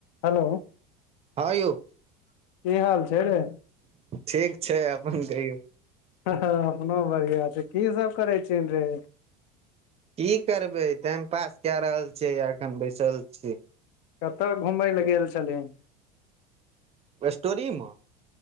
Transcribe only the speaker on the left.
Hello
कि हाल छै रे
ह ह अपनो बढ़िआँ छै की सब करै छी रे।
कतऽ घुमय ल गेल छलीहीन